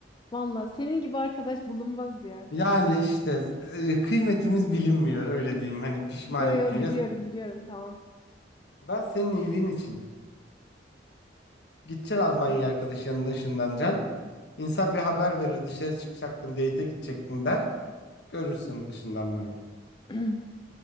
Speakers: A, on the left; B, on the left.
A: Vallahi senin gibi arkadaş bulunmaz ya.
B: Yani işte e, kıymetimiz bilinmiyor öyle diyeyim hani pişman
A: <laughs> Yo
B: etmeyeceğiz.
A: yo biliyorum, biliyorum. Tamam.
B: Ben senin iyiliğin için gideceksin Almanya
A: Evet.
B: arkadaşının yanında ışınlanacaksın. İnsan bir haber verir dışarı çıkacaktım date'e gidecektim der. Görürsün ışınlanmayı.
A: <clears throat>